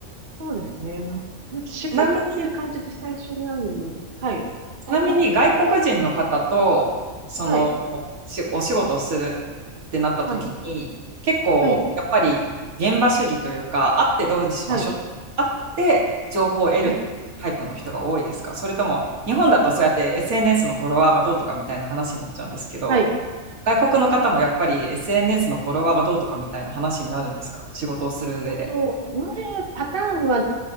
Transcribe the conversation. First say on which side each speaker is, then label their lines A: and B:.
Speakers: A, on the right; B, on the right.
A: そうですね。なんか仕事っていう感じで最初に会うのに。
B: ちなみに、
A: はい。
B: ちなみに外国人の方と、
A: あ、どうぞどうぞ。
B: その、
A: はい。
B: しお仕事をするってなった時に、
A: はい。
B: 結構、
A: はい。
B: やっぱり現場主義というか、会ってどうしましょう。
A: はい。
B: 会って情報を得るタイプの人が多いですかそれとも、
A: はい。はい。
B: 日本だとそうやって SNS のフォロワーがどうとかみたいな話になっちゃうんですけど、
A: はい
B: 外国の方もやっぱり SNS のフォロワーがどうとかみたいな話になるんですか仕事をする上で。
A: えっと、なるパターンは